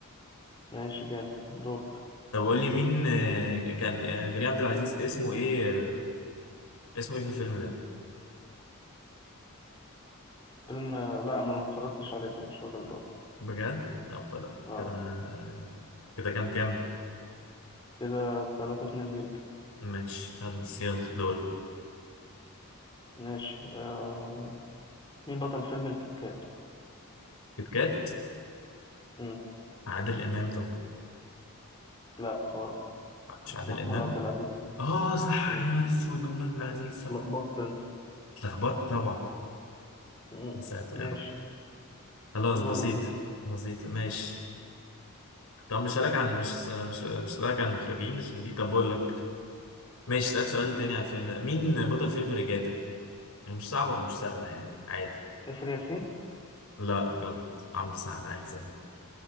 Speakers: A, on the left; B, on the left.
A: ماشي جامد دورك
B: طب قول لي مين آه، كان آه، كريم عبد العزيز اسمه ايه اسمه ايه في الفيلم ده
A: فيلم آه، لا ما أنا متفرجتش عليه فمش هقدر أجاوب
B: بجد لا خلاص
A: اه
B: كده انا كده كام كام
A: كده تلاتة اتنين ليك
B: ماشي خلاص يلا دور
A: ماشي أه مين بطل فيلم الكيت كات
B: كيت كات
A: مم.
B: عادل امام طبعا
A: لا خالص
B: مش
A: محمود
B: عادل امام
A: عبد العزيز
B: اه صح
A: مم.
B: يا نهار اسود محمود عبد العزيز صح
A: لخبطت انت
B: اتلخبطت طبعا
A: مم.
B: يا ساتر
A: ماشي
B: يا رب خلاص
A: دورك
B: بسيط
A: انت
B: بسيط ماشي طب مش هسألك عن مش مش مش هسألك عن المخرجين عشان دي طب بقول لك ماشي هسألك سؤال تاني عن الفيلم ده مين بطل فيلم ريجاتا؟ يعني مش صعبة ومش سهلة يعني عادي
A: اسر ياسين
B: لا غلط عمرو سعد عادي زي ما هو